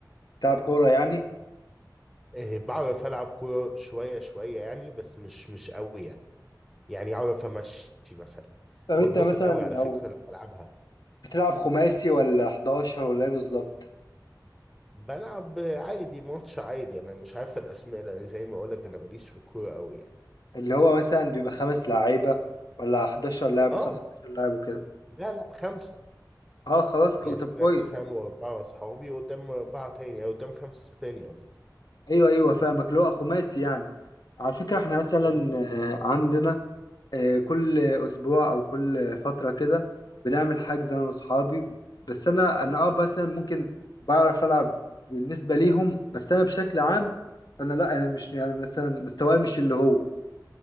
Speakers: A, on the left; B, in the centre.
A: تلعب كوره يعني
B: آه، بعرف العب كورة شوية شوية يعني بس مش مش قوي يعني يعني اعرف امشي مثلا
A: طب انت
B: بتبسط
A: مثلا
B: قوي على
A: لو
B: فكرة لما العبها
A: بتلعب خماسي ولا 11 ولا ايه بالظبط
B: بلعب عادي ماتش عادي انا مش عارف الاسماء لان زي ما اقول لك انا ماليش في الكوره قوي يعني
A: اللي هو مثلا بيبقى خمس لعيبه ولا 11 لاعب
B: اه
A: قصاد 11 لاعب وكده
B: لا لا خمسه
A: اه خلاص كو...
B: يعني
A: طب
B: احنا
A: كويس
B: مثلا واربعه اصحابي قدام اربعه تاني او قدام خمسه تاني قصدي
A: ايوه ايوه فاهمك اللي هو خماسي يعني على فكره احنا مثلا
B: اه
A: آه، عندنا آه، كل اسبوع او كل فتره كده بنعمل حجز انا واصحابي بس انا انا اه مثلا ممكن بعرف العب بالنسبه ليهم بس انا بشكل عام فانا لا انا مش يعني مثلا مستواي مش اللي هو